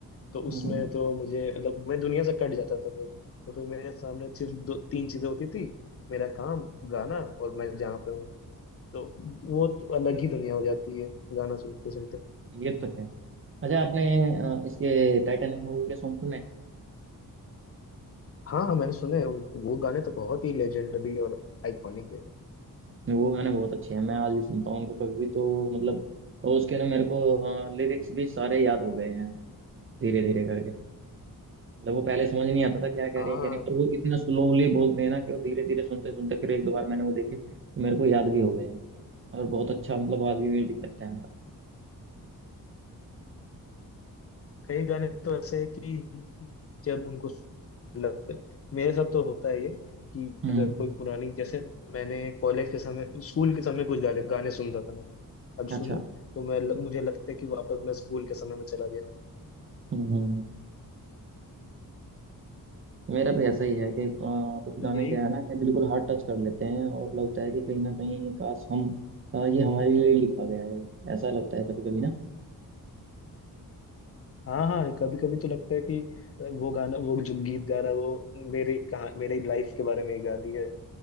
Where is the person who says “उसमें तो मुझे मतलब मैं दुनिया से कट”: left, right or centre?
Left